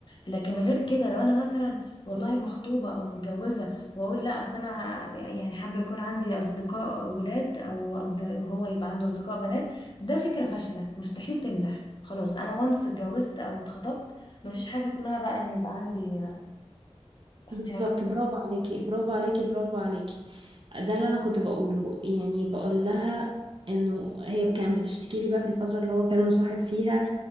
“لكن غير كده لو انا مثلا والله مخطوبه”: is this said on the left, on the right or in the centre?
Left